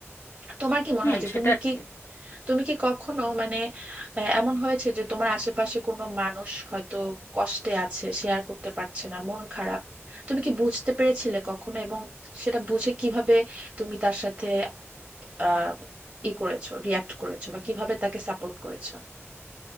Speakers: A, on the right; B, on the left.
A: তোমার কি মনে
B: হুম
A: হয় যে
B: সেটা
A: তুমি কি
B: ঠিক
A: তুমি কি কখনো মানে আহ, এমন হয়েছে যে তোমার আশেপাশে কোনো মানুষ হয়তো কষ্টে আছে শেয়ার করতে পারছে না মন খারাপ তুমি কি বুঝতে পেরেছিলে কখনো এবং সেটা বুঝে কিভাবে তুমি তার সাথে আহ ই করেছো রিয়াক্ট করেছো বা কিভাবে তাকে সাপোর্ট করেছো